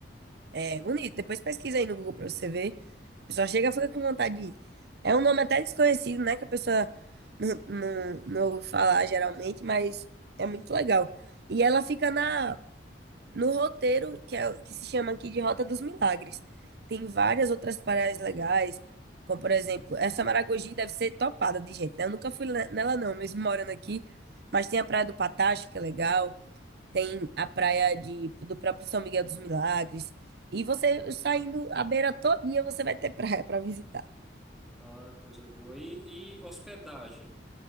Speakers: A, on the right; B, in the centre.
A: É bonito. Depois pesquisa aí no Google para você ver. A pessoa chega fica com vontade de ir. É um nome até desconhecido, né? Que a pessoa não, não, não ouve falar geralmente, mas é muito legal. E ela fica na, no roteiro que, é, que se chama aqui de Rota dos Milagres. Tem várias outras praias legais, como por exemplo, essa Maragogi deve ser topada de gente, né? Eu nunca fui ne- nela não, mesmo morando aqui, mas tem a Praia do Patacho, que é legal tem a praia de, do próprio São Miguel dos Milagres. E você saindo a beira todinha, você vai ter praia para visitar.
B: Ah, coisa boa. E, e hospedagem?